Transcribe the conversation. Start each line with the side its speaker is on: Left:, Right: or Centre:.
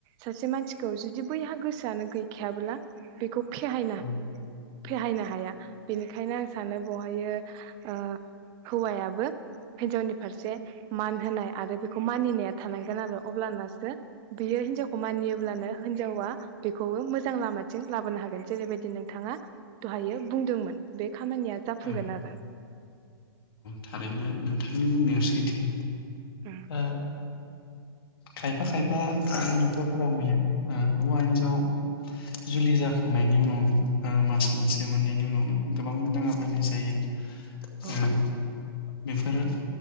Right: सासे मानसिखौ जु दि बैहा गोसोआनो गैखायाबोला बेखौ। फेहायना
Left: औ
Right: फेहायनो हाया बेनिखायनो आं सानो बेवहाय आ हौवायाबो हिन्जावनि फारसे मान होनाय आरो बेखौ मानिनाया थानांगोन आरो अब्लानासो बियो हिनजावखौ मानियोब्लानो। हिनजावा बेखौबो मोजां लामाथिं लाबोनो हागोन जेरैबायदि नोंथाङा दहाय बुंदोंमोन बे खामानिया जाफुंगोन
Left: औ
Right: आरो।
Left: थारैनो नोंथांनि बुंनाया सैथो
Right: उम
Left: आ। खायफा-खायफा न'खरफोराव नुयो ओ हौवा हिनजाव जुलि जाखांनायनि उनावनो ओ मास मोनसे मोननैनि उनावनो गोबां दाङाबाजि जायो। उम।
Right: औ
Left: बेफोरो